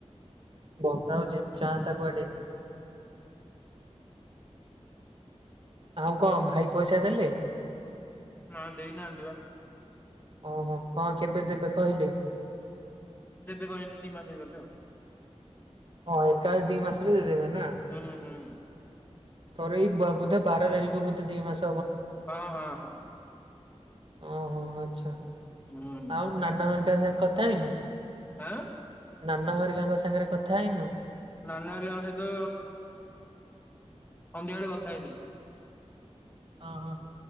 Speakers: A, on the right; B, on the left.
A: ବତାଉଛି ଚାଁ ତାକୁୁ ଏଡିଟ <unintelligible> ଆଉ କ'ଣ ଭାଇ ପଇସା ଦେଲେ?
B: ନାଁ, ଦେଇ ନାହାନ୍ତି ବା।
A: ଓହୋ, କଣ କେବେ ଦେବେ କହିଲେ?
B: ଦେବେ କହିଲେ ଦିମାସେ ଗଲେ ଆଉ।
A: ହାଁ ଏଇ କାଳେ ଦି ମାସରେ ଦେଇଦେବେ ନା?
B: ହୁଁ ହୁଁ
A: ତୋର ଏଇ ବ ବୋଧେ ବାର ତାରିଖ ବୋଧେ ଦିଇ ମାସ।
B: ହଁ ହାଁ ହଁ।
A: ହୁଁ ହୁଁ ଆଚ୍ଛା,
B: ହୁଁ
A: ଆଉ ନାନାଙ୍କ ସାଙ୍ଗେରେ କଥା ହେଲୁ?
B: ଆଁ?
A: ନାନା ହେରିିକାଙ୍କ ସାଙ୍ଗରେ କଥା ହେଇନୁ?
B: ନାନା ହେରିକାଙ୍କ ସହିତ ସନ୍ଧ୍ୟା ବେଳେ କଥା ହେଇଥିଲି।
A: ହଁ ହଁ।